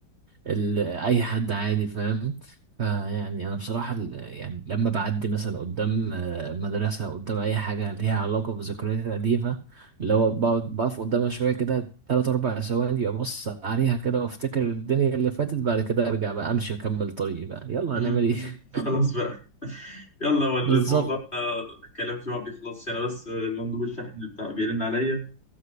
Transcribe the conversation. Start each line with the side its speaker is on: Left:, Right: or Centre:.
Right: ال أي حد عادي فاهم فيعني أنا بصراحة ال- يعني لما بعدي مثلا قدام آه، مدرسة قدام أي حاجة ليها علاقة بذكرياتي القديمة اللي هو بقعد بقف قدامها شوية كده تلات أربع ثواني أبص عليها كده وأفتكر الدنيا اللي فاتت بعد كده أرجع بقى أمشي أكمل طريقي بقى يلا
Left: مم،
Right: هنعمل إيه
Left: مم. خلاص
Right: <laughs>
Left: بقى يلا ولا
Right: بالظبط
Left: الموضوع ده الكلام فيه ما بيخلصش انا بس آه، المندوب الشحن بتاع بيرن عليا